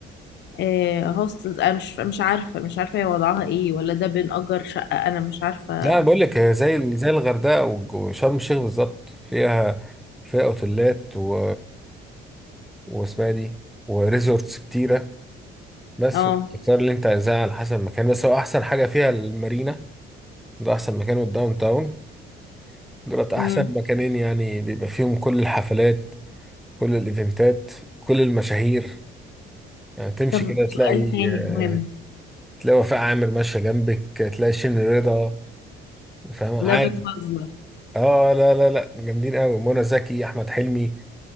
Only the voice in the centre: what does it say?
لا بقول لك هي زي ال- زي الغردقة والج- وشرم الشيخ بالظبط فيها فيها اوتيلات و واسمها إيه دي وريزورتس كتيرة بس
تختار اللي انت عايزاه على حسب المكان بس هو احسن حاجة فيها المارينا ده احسن مكان والداون تاون دولت احسن
مكانين يعني بيبقى فيهم كل الحفلات كل الايفنتات كل المشاهير يعني تمشي
كده تلاقي
آه،
تلاقي وفاء عامر ماشيه جنبك تلاقي شين رضا فاهم عادي
اه لا لا لا جامدين قوي منى زكي احمد حلمي